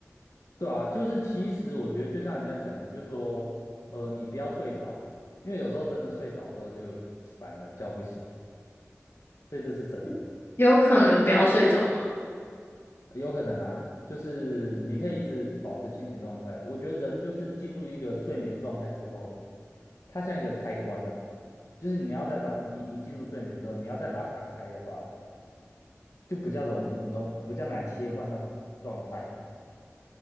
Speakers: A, on the left (about 85°); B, on the left (about 50°).
A: 对啊，就是其实我觉得就像人家讲的，就说呃，你不要睡着，因为有时候真的睡着之后就反而叫不醒，所以这是真的。
B: <laughs> 有可能不要睡着吗？
A: 有可能啊，就是你可以一直保持清醒状态。我觉得人就是进入一个睡眠状态之后，它像一个开关呐、就是你要再把你你进入睡眠之后，你要再把它打开的话，就比较容容比较难切换那种状态。